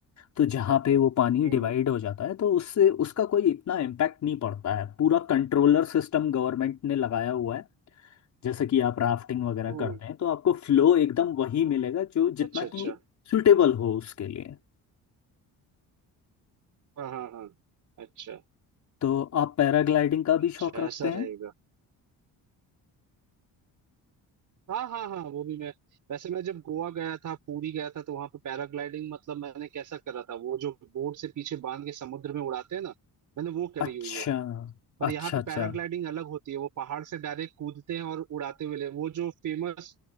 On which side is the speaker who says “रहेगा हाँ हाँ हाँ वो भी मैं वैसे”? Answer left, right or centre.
Right